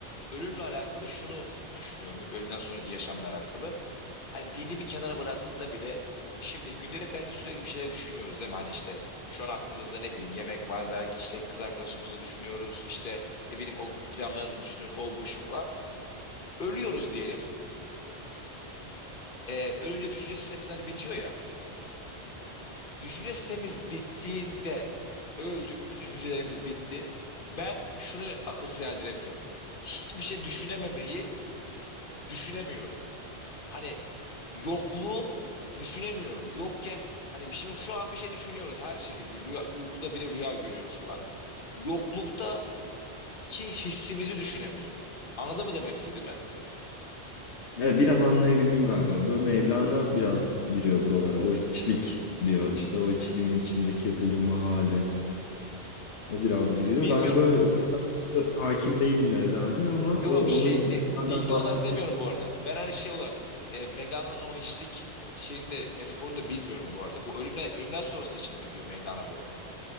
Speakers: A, on the left; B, on the left.
A: ölümle alakalı şunu düşünüyorum. Hep ölümden sonraki yaşamla alakalı. Hani dini bir kenara bıraktığında bile şimdi gündelik hayatta sürekli bir şeyler düşünüyoruz değil mi? Hani işte şu an aklımızda ne bileyim yemek var belki işte kız arkadaşımızı düşünüyoruz işte ne bileyim o günkü planlarımızı düşünüyoruz o bu şu falan. ölüyoruz diyelim. Ee, ölünce düşünce sistemimiz hani bitiyor ya. Düşünce sistemimiz bittiğinde öldük, bütün hücrelerimiz bitti. Ben şunu akıl erdiremiyorum. Hiçbir şey düşünememeyi düşünemiyorum. Hani yokluğu düşünemiyorum. Yokken hani bir şey yok. şu an bir şey düşünüyoruz her şekilde. Rüya, uykuda bile rüya görüyoruz falan. Yokluktaki hissimizi düşünemiyorum. Anladın mı demek istediğimi?
B: Evet, biraz anlayabildim galiba. Böyle Mevlana biraz giriyor buralara. O hiçlik diyor. İşte o hiçliğin içindeki bulunma hali. O biraz giriyor.
A: Bilmiyorum.
B: Ben böyle o kadar da hakim değilim Mevlana'ya ama
A: Yok
B: o
A: yok şey
B: onun
A: be- bilgi
B: bunlardan bahsettiği.
A: olarak demiyorum bu arada. Ben hani şey olarak e, Mevlana'nın o hiçlik şeyinde metaforunu da bilmiyorum bu arada. Bu ölümle ölümden sonrası için mi diyor Mevlana da onu?